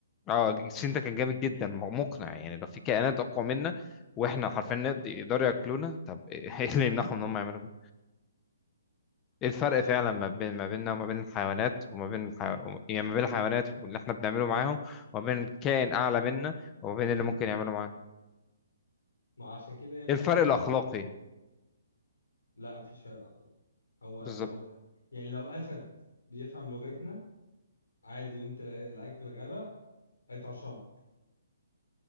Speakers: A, on the left; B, on the left.
A: اه السين ده كان جامد جدا م- مقنع يعني لو في كائنات اقوى منا واحنا حرفيا نقد- يقدروا ياكلونا طب ايه <laughs> إيه اللي يمنعهم ان هم يعملوا كده ايه الفرق
B: ايوه
A: فعلا
B: صح
A: ما بين ما بيننا وما بين الحيوانات وما بين الح... يعني ما بين الحيوانات واللي احنا بنعمله معاهم وما بين كائن اعلى منا وما بين اللي ممكن يعمله معانا
B: ما عشان كده يا ابني
A: ايه الفرق
B: احنا ال...
A: الاخلاقي
B: لا مفيش فرق اصلا هو
A: بالظبط
B: لو يعني لو اسد بيفهم لغتنا عادي وانت لا- لقاك في الغابة هيطرشمك